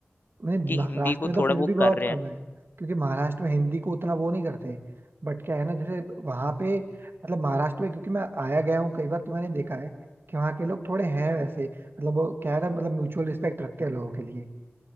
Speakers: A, on the right (about 60°); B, on the left (about 50°).
A: नहीं
B: कि
A: महाराष्ट्र
B: हिंदी को
A: में तो
B: थोड़ा
A: फिर
B: वो
A: भी बहुत
B: कर रहे
A: कम
B: हैं
A: है क्योंकि महाराष्ट्र में हिंदी को उतना वो नहीं करते बट क्या है ना जैसे वहां पे मतलब महाराष्ट्र में क्योंकि मैं आया गया हूँ कई बार तो मैंने देखा है कि वहाँ के लोग थोड़े हैं वैसे मतलब वो क्या है ना मतलब म्यूचुअल रिस्पेक्ट रखते हैं लोगों के लिए